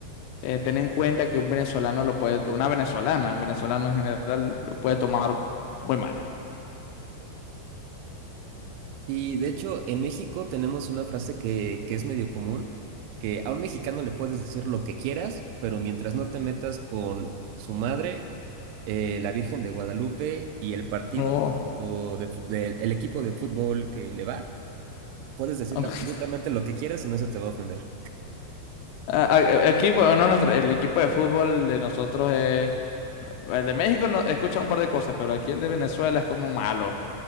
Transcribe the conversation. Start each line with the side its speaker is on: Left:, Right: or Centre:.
Left: eh, ten en cuenta que un venezolano lo puede, una venezolana, un venezolano en general lo puede tomar muy mal.
Right: Y de hecho, en México tenemos una frase que, que es medio común, que a un mexicano le puedes decir lo que quieras, pero mientras no te metas con su madre, eh, la Virgen de Guadalupe y el partido
Left: Oh.
Right: o de fu- del- el equipo de fútbol que le va, puedes decirle
Left: <laughs>
Right: absolutamente lo que quieras y no se te va a ofender.
Left: A- a- Aquí, bueno, no, nuestro- el equipo de fútbol de nosotros es... El de México no, escucha un par de cosas, pero aquí el de Venezuela es como malo.